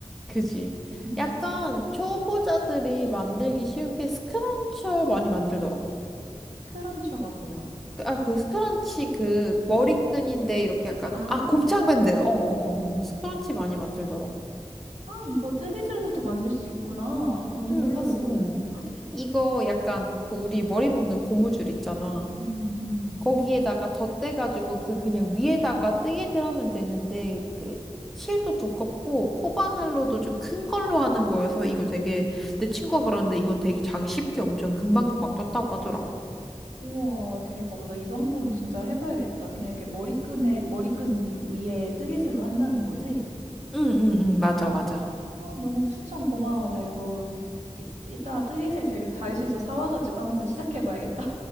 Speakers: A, in the centre; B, on the right.
A: 그지.
B: 음,
A: 약간 초보자들이 만들기 쉬운 게 스크런쳐 많이 만들더라.
B: 크런처가 뭐야?
A: 그, 아, 그 스크런치 그 머리끈인데 이렇게 약간,
B: 아,
A: 아, 곱창밴드. 어, 어, 어, 어. 스크런치 많이 만들더라고.
B: 아, 이거 뜨개질로도 만들 수 있구나. 완전
A: 응,
B: 몰랐어.
A: 응, 응. 이거 약간 그 우리 머리 묶는 고무줄 있잖아.
B: 음, 음.
A: 거기에다가 덧대가지고 그 그냥 위에다가 뜨개질 하면 되는데 그 실도 두껍고 코바늘로도 좀 큰 걸로 하는 거여서 이거 되게 내 친구가 그러는데 이건 되게 자기 쉽게 엄청 금방금방 떴다고 하더라고.
B: 우와, 대박. 나 이거 한번 진짜 해봐야겠다. 그냥 이렇게 머리끈에, 머리끈 위에 뜨개질로 한다는 거지?
A: 응, 응, 응, 맞아, 맞아.
B: 어, 너무 추천 고마워. 나 이거, 이- 이따 뜨개질 재료 다이소에서 사와가지고 한번 시작해봐야겠다.